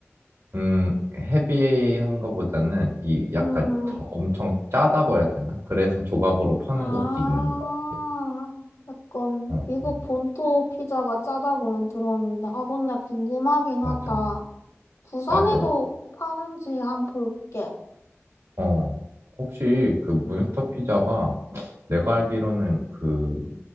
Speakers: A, on the right; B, on the left.
A: 음, 헤비한 거보다는 이 약간
B: 음,
A: 더 엄청 짜다고 해야 되나? 그래서 조각으로 파는
B: 아,
A: 것도 있는 것 같아.
B: 약간
A: 어,
B: 미국
A: 어,
B: 본토 피자가 짜다고는 들었는데, 아, 근데 궁금하긴
A: 맞아.
B: 하다. 부산에도
A: 맞아.
B: 파는지 한 볼게.
A: 어, 혹시 그 몬스터 피자가 내가 알기로는 그